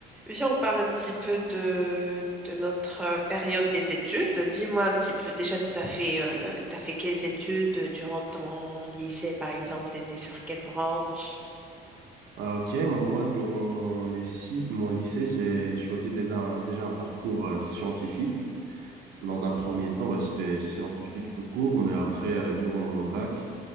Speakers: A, in the centre; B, on the right.
A: Viens, on parle un petit peu de, de notre euh, période des études. Dis-moi un petit peu, déjà, tu as fait, euh, t'as fait quelles études euh, durant ton lycée, par exemple, tu étais sur quelle branche?
B: Ah, ok, moi, durant mon, lycée, mon lycée, j'ai choisi déjà un, déjà un parcours euh, scientifique. Dans un premier temps, bah, j'étais scientifique tout court, mais après, euh, durant mon bac,